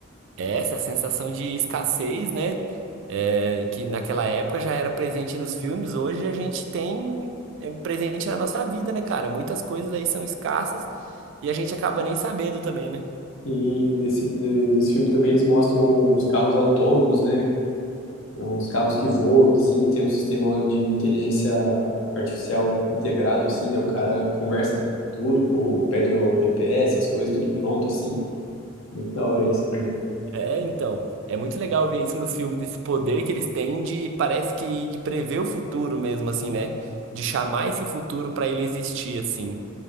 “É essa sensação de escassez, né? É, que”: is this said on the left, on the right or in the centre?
Right